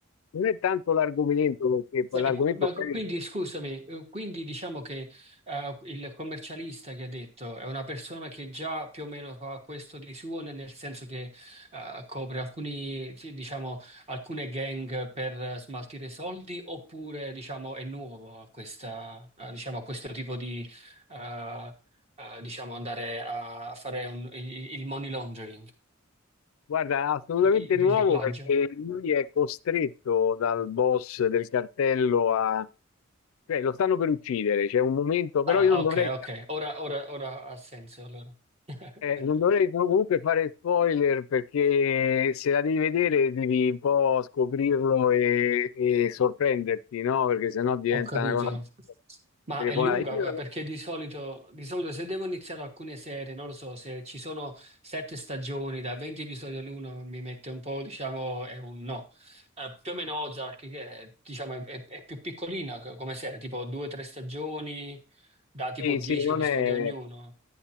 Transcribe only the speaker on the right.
Eh,
qu- ma qu-
quindi scusami, eh, quindi diciamo che eh, il commercialista che ha detto è una persona che già più o meno fa questo di suo, ne- nel senso che eh, copre alcuni, sì, diciamo, alcune gang per eh, smaltire soldi, oppure diciamo, è nuovo a, questa, a, diciamo, a questo tipo di eh, eh, diciamo, andare a fare un- il il money laundering,
il il
riciclaggio.
Ah,
ok,
ok, ora ora- ora ha senso allora. <laughs>
Ho capito.
Ma
è lunga
ma
perché di solito, di solito se devo iniziare alcune serie, non lo so, se ci sono sette stagioni da 20 episodi all'uno mi mette un po', diciamo, è un no. Eh, più o meno Ozark, che è, diciamo, è, è- è più piccolina co- come serie, tipo due o tre stagioni da tipo
10
episodi
ognuno.